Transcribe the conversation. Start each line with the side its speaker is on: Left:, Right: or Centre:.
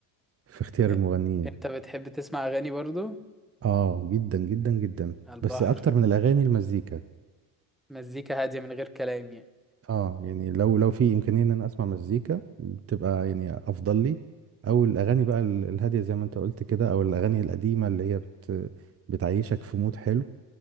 Right: في اختيار
Centre: <laughs>
Right: المغنيين
Centre: انت بتحب تسمع اغاني برضو
Right: اه جدا جدا جدا
Centre: على البحر
Right: بس اكتر من الاغاني المزيكا
Centre: مزيكا هاديه من غير كلام يعني
Right: اه يعني لو لو في امكانيه ان انا اسمع مزيكا بتبقى يعني افضل لي او الاغاني بقى ال- الهاديه زي ما انت قلت كده او الاغاني القديمه اللي هي بت بتعيشك في مود حلو